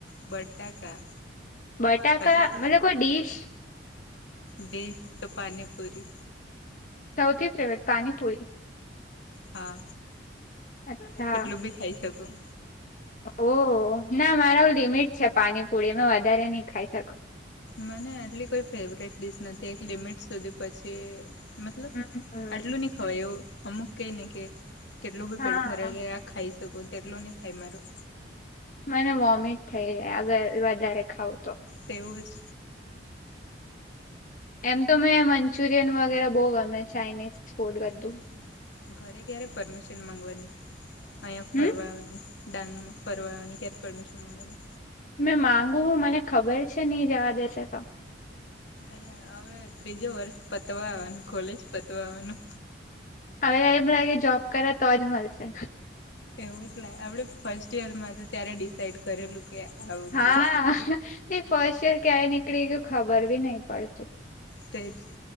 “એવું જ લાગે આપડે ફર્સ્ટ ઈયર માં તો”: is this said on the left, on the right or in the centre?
Left